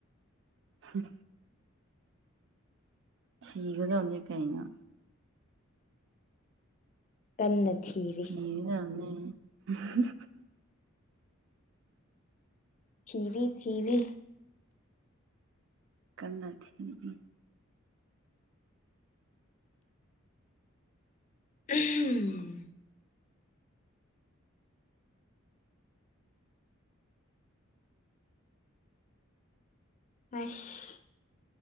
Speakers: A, on the right; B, on the left.
A: ꯍꯝ ꯊꯤꯒꯗꯝꯅꯤ ꯀꯩꯅꯣ
B: ꯀꯟꯅ ꯊꯤꯔꯤ
A: <unintelligible>
B: ꯊꯤꯔꯤ ꯊꯤꯔꯤ
A: ꯀꯟꯅ ꯊꯤꯔꯤ
B: <unintelligible> ꯑꯁ